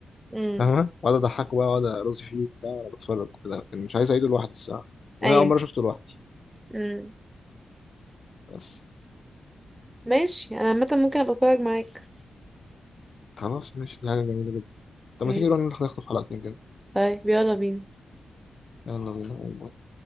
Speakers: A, on the right; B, on the left.
A: امم
B: فاهمة واقعد اضحكه بقى واقعد ارازي فيه وبتاع وانا بتفرج كده لكن مش عايز اعيده لوحدي الصراحة لأن
A: ايوه
B: انا اول مرة شفته لوحدي
A: امم
B: بس
A: ماشي انا عامة ممكن ابقى اتفرج معاك
B: خلاص ماشي دي حاجة جميلة جدا طب
A: ماشي
B: ما تيجي نروح نخطف حلقتين كده
A: طيب يلا بينا
B: يلا بينا